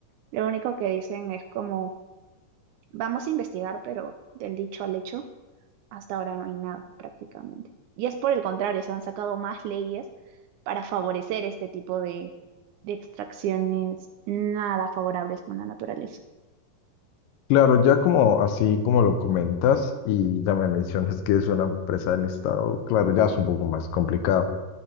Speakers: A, on the right; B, on the left.
A: Lo único que dicen es como, vamos a investigar, pero del dicho al hecho hasta ahora no hay nada prácticamente. Y es por el contrario, se han sacado más leyes para favorecer este tipo de, de extracciones nada favorables con la naturaleza.
B: Claro, ya como así como lo comentas y ya me mencionas que es una empresa del Estado, claro, ya es un poco más complicado,